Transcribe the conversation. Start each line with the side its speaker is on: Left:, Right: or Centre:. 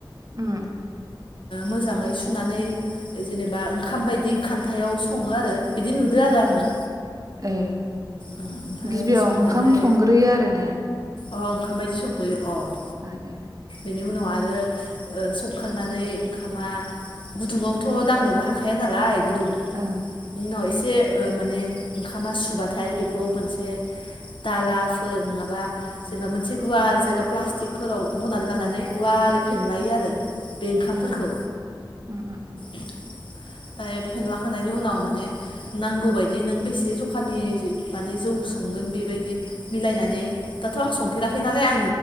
Right: उम।
Left: मोजाङै सुनानै जेनेबा ओंखाम बायदि खान्थायाव सङो आरो बिदि नुदों आरो आङो।
Right: ए
Left: ओमफ्राय
Right: गिबियाव
Left: संनानै
Right: ओंखाम संग्रोयो आरो ने।
Left: अ ओंखाम बायदि संग्रोयो अ।
Right: ए ए।
Left: बिनि उनाव आरो संखांनानै ओंखामा गुदुङावथ' दांनोबो हाखाया नालाय गुदुं
Right: उम।
Left: बिनि उनाव एसे माने ओंखामा सुबाथाय बेखौ मोनसे दालाफोर नङाबा जेनेबा मोनसे गुवार जायगा प्लास्टिकफोराव बनानै लानानै गुवारै फेनलायो आरो। बे ओंखामफोरखौ।
Right: ओ उम उम उम
Left: ओमफ्राय फेनला खांनानै उनाव माने नांगौ बायदि नों बेसे जखा माने जौ संगोन बेबायदि मिलायनानै दाथ' आं संफेराखै
Right: उम
Left: नालाय आं